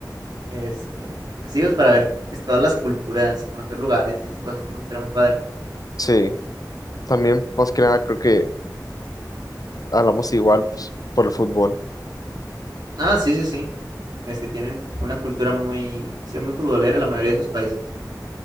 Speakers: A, on the right; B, on the left.
A: Este, pues sí, pues para ver es- todas las culturas, conocer lugares y esas cosas, ¿no? Estaría muy padre.
B: Sí. También, más que nada, creo que hablamos igual, pues, por el fútbol.
A: Ah, sí, sí, sí. Este, tienen una cultura muy, sí, muy futbolera la mayoría de sus países.